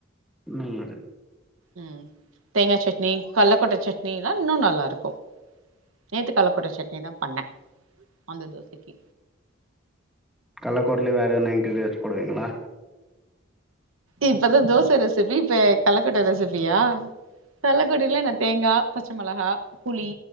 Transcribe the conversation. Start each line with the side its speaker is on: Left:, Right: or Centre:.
Centre: நல்லது
Right: ம் தேங்கா சட்னி கள்ளக் கொட்ட சட்னி எல்லா இன்னு நல்லா இருக்கும் நேத்தி கள்ள கொட்ட சட்னி தா பண்ணே அந்த தோசைக்கு
Centre: கள்ளக்கோடல வேற எதன நைட்டுக்கு ஏதாவது போடுவீங்களா
Right: இப்பதா தோச ரெசிபி இப்ப கள்ளக்கொட்ட ரெசிபியா கள்ளக்கொட்டையில என்ன தேங்காய் பச்ச மிளகா புளி